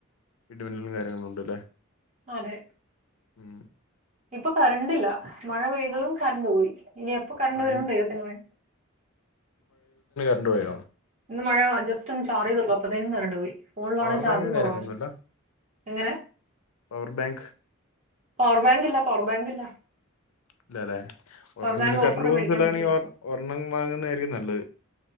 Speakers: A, on the left; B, on the right.
A: ഇടിമിന്നലും കാര്യങ്ങളും ഉണ്ട്ല്ലെ
B: ആതെ
A: ഉം
B: ഇപ്പൊ കറണ്ടില്ല മഴ പെയ്തതും കറണ്ട് പോയി ഇനി എപ്പൊ കറണ്ട്
A: ആഹ്
B: വരുന്ന് ദൈഹത്തിനറി
A: ണ്ട് പോയോ
B: ഇന്ന് മഴ ജസ്റ്റ് ഒന്ന് ചാറിയതൊള്ളൂ അപ്പോതേനു കരണ്ടു പോയി ഫോണിലാണെങ്കിൽ
A: പവർ
B: ചാർജും
A: ബാങ്കും കാര്യങ്ങളൊന്നുല്ല
B: കുറവാണ് എങ്ങനെ
A: പവർ ബാങ്ക്
B: പവർ ബാങ്ക് ഇല്ല പവർ ബാങ്ക് ഇല്ല
A: അല്ലല്ലെ ഒരെണ്ണം
B: പവർ ബാങ്ക്
A: കറണ്ട്
B: ഓഫറിൽ
A: പോകുന്ന
B: മേടിക്കാൻ
A: സ്ഥലമാണ്
B: പറ്റില്ല
A: ഒരെണ്ണം വാങ്ങുന്നതായിരിക്കും നല്ലത്